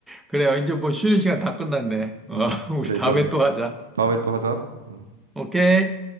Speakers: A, in the centre; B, on the right.
A: 그래요. 이제 뭐 쉬는 시간 다 끝났네. 어,
B: 음
A: <laughs> 우리
B: 그래
A: 다음에
B: 그럼
A: 또 하자.
B: 다음에 또 하자. 음.
A: 오케이.